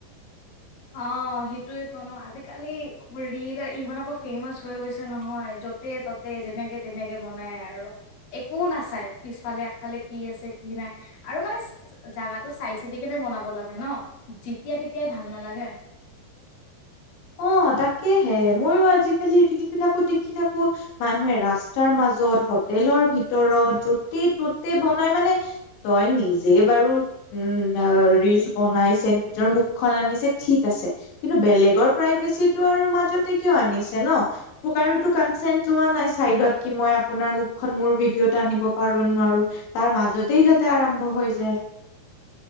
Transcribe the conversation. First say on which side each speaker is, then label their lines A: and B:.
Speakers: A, on the left (about 55°); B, on the left (about 80°).
A: অ সেইটোয় তো ন আজিকালি ৰিল ইমান আকৌ ফেমাচ হৈ গৈছে নহয় যতে ততে যেনেকে তেনেকে বনাই আৰু একো নাচাই পিছফালে আগফালে কি আছে কি নাই আৰু মানে জাগাটো চাই চিদি কেনে বনাব লাগে ন যেতিয়া তেতিয়াই ভাল নালাগে
B: অ তাকেহে ময়ো আজিকালি ৰিল বিলাকো দেখি থাকো মানুহে ৰাস্তাৰ মাজত হোটেলৰ ভিতৰত যতে ততে বনাই মানে তই নিজে বাৰু উম ৰিলচ বনাইছে নিজৰ মুখখন আনিছে ঠিক আছে কিন্তু বেলেগৰ প্ৰাইভেচি আৰু মাজতে কিয় আনিছে নোকো কনচেন্ লোৱা নাই চত মই আপোনাৰ মুখখন মোৰ ভিডিঅ'টা আনিব পাৰো নোৱাৰো তাৰ মাজতে সিহঁতে আৰম্ভ হৈ যায়